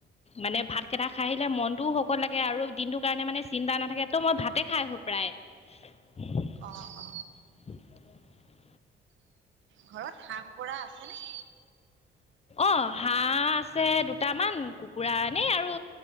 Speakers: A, on the left; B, on the right.
A: মানে ভাত কেইটা খাই আহিলে মনটোও শকত লাগে আৰু দিনটোৰ কাৰণে মানে চিন্তা নাথাকে ত' মই ভাতে খাই আহো প্ৰায় <unintelligible>
B: অ অ ঘৰত হাঁহ কুকুৰা আছেনে
A: অ', হাঁহ আছে দুটামান কুকুৰানেেই আৰু